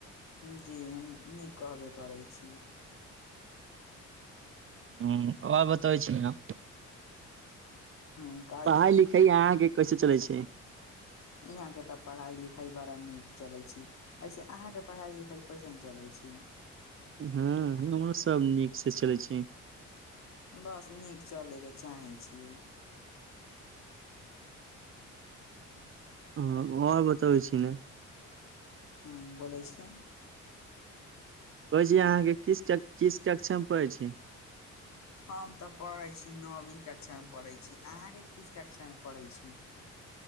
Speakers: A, on the left; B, on the right.
A: जी हम नीक कहबे करै छी
B: ह्म आर बतबै छी ना
A: ह कहै
B: पढ़ाई
A: छी
B: लिखाई अहाँके कैसे चलै छै
A: यहां के त पढ़ाई लिखाई बड़ा नीक चले छै ऐसे अहां के पढ़ाई लिखाई कैसेन चले छै छै
B: हँ हमरो सभ नीकसँ चलै छी
A: बस नीक चलैके चाहै छियै
B: हँ और बतबै छी ने
A: ह बोलै छियै
B: कहै छी अहाँके किस च किस कक्षा मे पढ़ै छी
A: हम तऽ पढ़ै छी नौवी कक्षा कक्षा मे पढ़ै छी अहाँके किस कक्षा मे पढ़ै छी